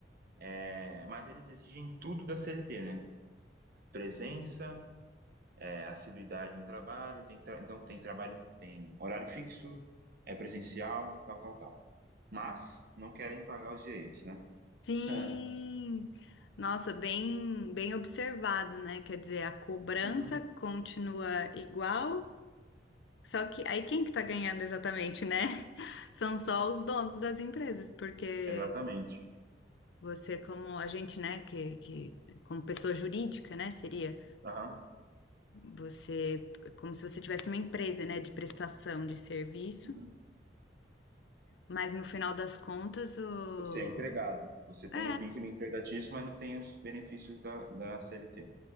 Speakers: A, on the right; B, on the left.
A: é, mas eles exigem tudo da CLT, né? Presença, é, assiduidade no trabalho, tem tra- então tem trabalho, tem horário fixo, é presencial, tal, tal, tal. Mas não querem pagar os direitos, né? <laughs>
B: Sim,
A: Ah,
B: nossa, bem, bem observado, né? Quer dizer, a cobrança
A: uhum,
B: continua igual, só que aí quem que tá ganhando exatamente, né? <laughs> São só os donos das empresas, porque
A: Exatamente.
B: você, como a gente, né, que, que como pessoa jurídica, né, seria
A: Aham,
B: você como se você tivesse uma empresa, né, de prestação de serviço,
A: uhum.
B: mas no final das contas, o...
A: Você é empregado, você tem
B: é,
A: o vínculo empregatício, mas não tem os benefícios da, da CLT.